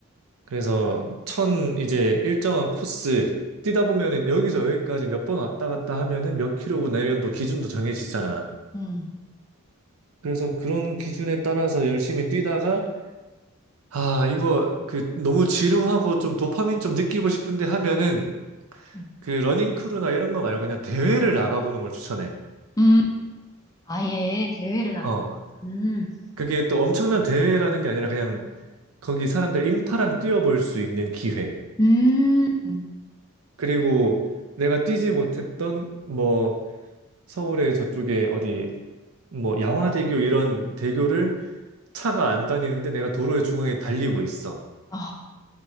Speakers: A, on the right; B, on the left.
A: 그래서 천 이제 일정한 코스 뛰다 보면은 여기서 여기까지 몇 번 왔다 갔다 하면은 몇 킬로구나 이런 또 기준도 정해지잖아.
B: 음,
A: 그래서 그런 기준에 따라서 열심히 뛰다가 아 이거 그 너무 지루하고 좀 도파민 좀 느끼고 싶은데 하면은
B: 음.
A: 그 러닝 크루나 이런 거 말고 그냥 대회를 나가보는 걸 추천해.
B: 음. 아예 대회를 나가.
A: 어,
B: 음,
A: 그게 또 엄청난 대회라는 게 아니라 그냥 거기 사람들 인파랑 뛰어볼 수 있는 기회.
B: 음.
A: 그리고 내가 뛰지 못했던 뭐 서울의 저쪽에 어디 뭐 양화대교 이런 대교를 차가 안 다니는데 내가 도로의 중앙에 달리고 있어.
B: 아,